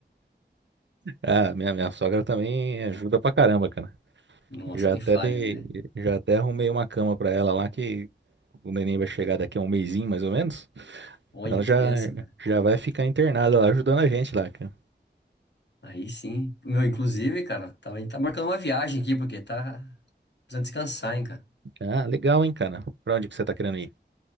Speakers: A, on the right; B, on the left.
A: Ah, minha, minha sogra também ajuda pra caramba, cara.
B: Nossa,
A: Já
B: nem
A: até
B: falha,
A: dei,
B: velho.
A: já até arrumei uma cama pra ela lá que o neném vai chegar daqui a um mesinho, mais ou menos.
B: Olha
A: Ela já,
B: que benção, cara.
A: já vai ficar internada lá ajudando a gente lá, cara.
B: Aí sim. Meu, inclusive, cara, tá, a gente tá marcando uma viagem aqui, porque tá precisando descansar, hein, cara.
A: Ah, legal, hein, cara? Pra onde que você tá querendo ir?